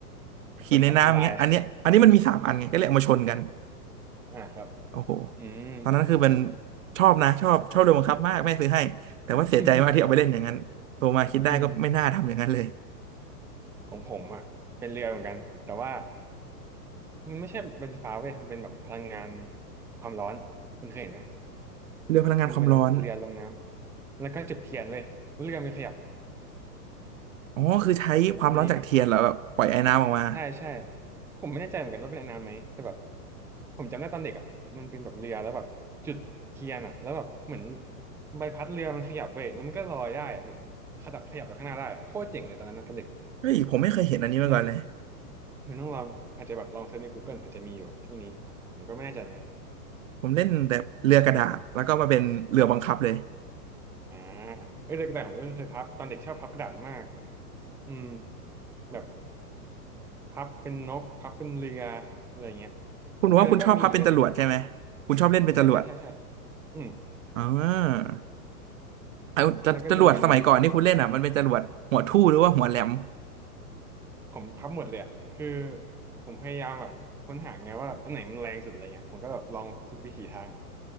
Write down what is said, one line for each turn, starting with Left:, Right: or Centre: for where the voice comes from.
Centre: ของคุณเอาไปทำลาย
Right: ขี่ในน้ำอย่างเงี้ยอันเนี้ยอันนี้มันมีสามอันไงก็เลยเอามาชนกัน
Centre: อ่าครับ
Right: โอ้โห
Centre: อืม
Right: ตอนนั้นคือมันชอบนะชอบชอบเรือบังคับมากแม่ซื้อให้แต่ว่าเสียใจมากที่เอาไปเล่นอย่างนั้นโตมาคิดได้ก็ไม่น่าทำอย่างนั้นเลย
Centre: <laughs> อืมของผมอ่ะเป็นเรือเหมือนกันแต่ว่ามันไม่ใช่เป็นไฟฟ้าเว้ยมันเป็นแบบพลังงานความร้อนคุณเคยเห็นไหม
Right: เรือพลังงานความร้อน
Centre: มันจะเป็นแบบเรือลงน้ำ แล้วก็จุดเทียนเว้ยแล้วเรือมันขยับ
Right: อ๋อคือใช้ความร้อนจากเทียนเหรอแบบปล่อยไอ้น้ำออกมา
Centre: เคยได้ยินไหม ใช่ใช่ผมไม่แน่ใจเหมือนกันว่าเป็นอันนั้นไหมแต่แบบผมจำได้ตอนเด็กอ่ะมันเป็นแบบเรือแล้วแบบจุดเทียนอ่ะแล้วแบบเหมือนใบพัดเรือมันขยับเว้ยแล้วมันก็ลอยได้อะแบบขยับขยับไปข้างหน้าได้อะโคตรเจ๋งเลยตอนนั้นนะตอนเด็ก
Right: เฮ้ยผมไม่เคยเห็นอันนี้มาก่อนเลย
Centre: อืมมันต้องลองอาจจะแบบลองเซิร์ชใน Google อาจจะมีอยู่ช่วงนี้ผมก็ไม่แน่ใจเหมือนกัน
Right: ผมเล่นแต่เรือกระดาษแล้วก็มาเป็นเรือบังคับเลย
Centre: อ่าเอ้ยแต่กระดาษผมก็เคยพับตอนเด็กชอบพับกระดาษมากอืมแบบพับเป็นนกพับเป็นเรืออะไรเงี้ย
Right: คุณบอกว่าคุณชอบพับเป็นจรวดใช่ไหม
Centre: เออแล้วก็มีอีกอันหนึ่ง
Right: คุณชอบเล่นเป็นจรวด
Centre: ใช่ใช่ใช่ใช่อืม
Right: อ่าเอาจะจรวดสมัยก่อนที่คุณเล่นอ่ะมันเป็นจรวดหัวทู่หรือว่าหัวแหลม
Centre: แล้วก็มีอีกอันหนึ่ง ผมพับหมดเลยอะคือผมพยายามแบบค้นหาไงว่าอันไหนมันแรงสุดอะไรเงี้ยผมก็แบบลองทุกวิถีทาง